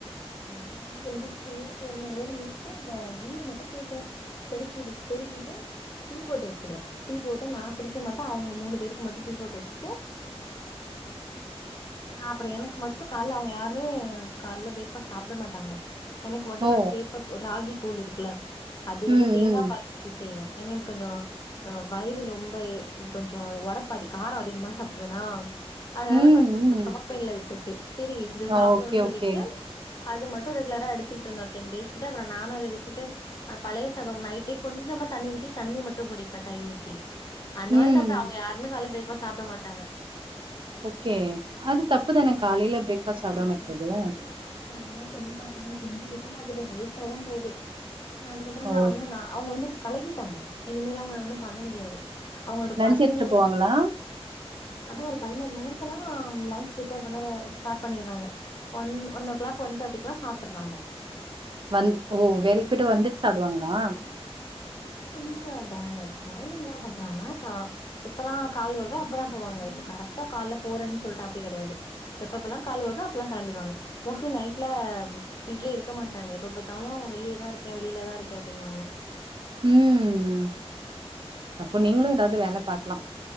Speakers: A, on the left; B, on the right.
A: நா வந்து எந்தச்சோனே என்னோட வேல முடிச்சுட்டு அந்த வீடு மட்டு கூட்டுவே பெருக்கிரு பெருக்கிட்டு டீ போட்டு வெச்சடுவே டீ போட்டு நா குடிக்க மாட்டே அவுங்க மூணு பேருக்கு மட்டு டீ போட்டு வெச்சுட்டு நா அப்புற எனக்கு மட்டு கால்ல அவுங்க யாருமே கால்ல பிரேக் ஃபஸ் சாப்ட மாட்டாங்க எனக்கு மட்டு
B: ஓ!
A: நா கேப்ப கூ ராகி கூழ் இருக்குல அது வந்து
B: ம்,
A: தேங்கா
B: ம்.
A: பால் ஊத்தி செய்வே ஏன்னா எனக்கு அந்த அ வயிறு ரொம்ப எ கொஞ்சோ ஒரப்பதி காரோ அதிகமா சாப்பிட்றனா அதனால
B: ம்,
A: கொஞ்சோ ப
B: ம்.
A: ஸ்டமக் பெயின்ல விட்ருச்சு செரி இது சாப்பிடுவோன்
B: ஓகே,
A: சொல்லிட்டு
B: ஓகே.
A: அது மட்டு ரெகுலரா எடுத்துக்கிட்ருந்தே ஒர் டென் டேஸ் கிட்ட அப்புறோ நானு அத விட்டுட்டு அ பழைய சாதோ நைட்டே கொஞ் சமா தண்ணி ஊத்தி தண்ணி மட்டு குடிப்பே தயிரூத்தி அந்த மாரி
B: ம்.
A: சாப்ட்ட அவுங்க யாருமே கால்ல பிரேக்ஃபாஸ் சாப்ட மாட்டாங்க
B: ஓகே அது தப்புதானேங் காலையில பிரேக்ஃபாஸ்ட்
A: ஆ
B: சாப்டாம
A: அவங்க
B: இருக்குர்து
A: சாப்ட மாட்றாங்க நானு சொல்லி பாத்துட்டே செஞ்சு வெச்சு பாத்துட்டே வேஸ்ட்டா தா போது அதுக்கப்புற
B: ஓ!
A: நா வந்து நா அவுங்க வந்து பழகிட்டாங்க இனிமேல் அவுங்க ஒண்ணு பண்ண முடியாது அவுங்க ஒரு
B: லன்ச்
A: பதினோரு
B: எடுத்துட்டு போவாங்களா?
A: அதா ஒரு பதினோர் மணிக்கெல்லா லன்ச் ம் ப்ரிப்பேர் பண்ண ர அ ஸ்டாட் பண்ணிற்றாங்க one one o'clock one தேட்டிக்ல்லா சாப்டுற்றாங்க
B: வந் ஓ வேலைக் போய்ட்டு வந்துட்டு சாப்டுவாங்ளா
A: இல்ல அவுங்களோ வந்து ட ட்ரைவிங்ல்லா பண்றாங்க சோ எப்பல்லா கால் வருதோ அப்பல்லா போவாங் க இப்ப கரெக்டா கால்ல போறேன் சொல்ட்டு அப்டி கெடயாது எப்பப்பல்லா கால் வருதோ அப்பெல்லா கெளம்பிடுவாங்க மோஸ்லி நைட்ல வீட்லே இருக்க மாட்டாங்க எப்ப பாத்தாலு வெளியதா இருக்கே வெளியில தா இருக்க அப்டின்வாங்க
B: ம்
A: ம்
B: அப்போ நீங்களு எதாவ்து வேல பாக்லா